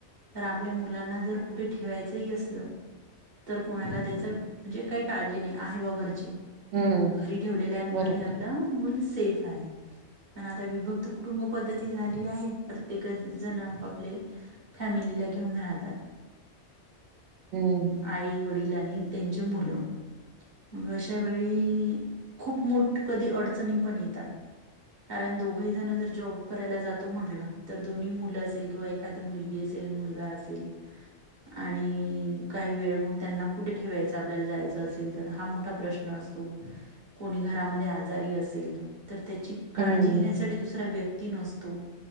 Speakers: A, on the right (about 40°); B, on the right (about 80°).
A: तर आपल्या मुलांना जर कुठे ठेवायचंही असलं तर कुणाला त्याच म्हणजे काही काळजी नाही आहे बाबा घरचे
B: हम्म
A: घरी ठेवलेलं आणि
B: बरोबर
A: घरी आपलं मूल सेफ आहे. पण आता विभक्त कुटुंब पद्धती झाली आहे. प्रत्येक जण आपआपले फॅमिलीला घेऊन घेऊन राहतात.
B: हम्म
A: आई-वडिल आणि त्यांची मुलं मग अशावेेळी खुप मोठ कधी अडचणी पण येतात. कारण दोघही जण जर जॉब करायला जातो म्हटलं तर दोन्ही मुलं असेल किंवा एखादी मुलगी असेल मुलगा असेल आणि काही वेळ मग त्यांना कुठे ठेवायच आपल्याला जायचं असेल तर हा मोठा प्रश्न असतो‌. कोणी घरामध्ये आजारी असेल तर त्याची काळजी
B: हम्म
A: घेण्यासाठी दुसरा व्य कृति नसतो,